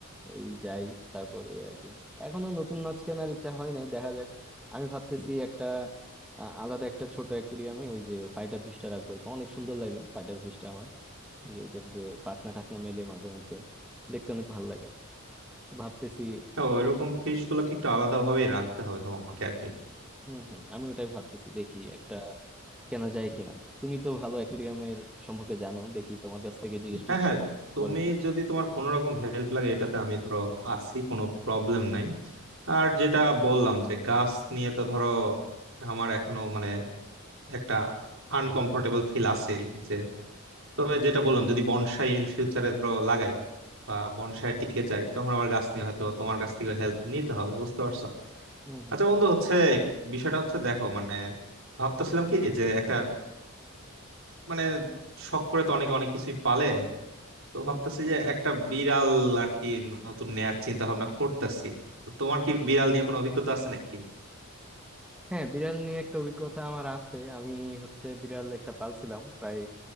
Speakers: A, in the centre; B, on the right.
A: এই যাই তারপর এই আর কি এখনো নতুন মাছ কেনার ইচ্ছা হয় নাই দেখা যাক আমি ভাবতেছি একটা আ, আলাদা একটা ছোট অ্যাকুরিয়ামে ওই যে ফাইটার ফিশটা রাখবো আর কি। অনেক সুন্দর লাগে ফাইটার ফিশটা আমার ওই যে ওদের যে পাখনা টাখনা মেলে মাঝে মধ্যে দেখতে অনেক ভালো লাগে তো ভাবতেছি
B: তো ওইরকম ফিশ গুলোকে একটু আলাদা ভাবেই রাখতে হবে তোমাকে আর কি
A: হম হম আমি ওটাই ভাবতেছি দেখি একটা কেনা যায় কিনা তুমি তো ভালো অ্যাকুরিয়ামের সম্পর্কে জানো দেখি তোমার কাছ থেকে জিজ্ঞেস
B: হ্যাঁ
A: টিজ্ঞেস
B: হ্যাঁ তুমি
A: করে
B: যদি তোমার কোনো রকম হেল্প লাগে এটাতে আমি ধরো আছি কোনো প্রবলেম নাই আর যেটা বললাম যে গাছ নিয়ে তো ধরো আমার এখনো মানে একটা আনকমফোর্টেবল ফিল আছে যে তবে যেটা বললাম যদি বনসাই ইন ফিউচারে ধরো লাগাই বা বনসাইয়ের দিকে যাই তখন আবার গাছ নিয়ে হয়তো তোমার কাছ থেকে হেল্প নিতে হবে বুঝতে পারছো
A: হুম, হুম,
B: আচ্ছা বন্ধু হচ্ছে বিষয়টা হচ্ছে দেখো মানে ভাবতেছিলাম কি যে একটা মানে শখ করে তো অনেকে অনেক কিছুই পালে তো
A: হুম।
B: ভাবতেছি যে একটা বিড়াল আর কি নতুন নেয়ার চিন্তা ভাবনা করতেছি তো তোমার কি বিড়াল নিয়ে কোনো অভিজ্ঞতা আছে নাকি
A: হ্যাঁ বিড়াল নিয়ে একটা অভিজ্ঞতা আমার আছে আমি হচ্ছে বিড়াল একটা পালছিলাম প্রায়